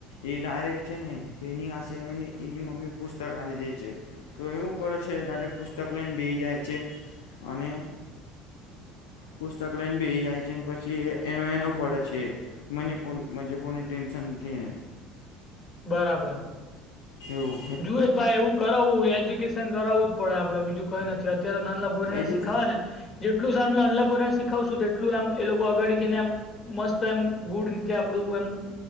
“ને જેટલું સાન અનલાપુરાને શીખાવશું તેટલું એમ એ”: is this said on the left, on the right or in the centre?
Left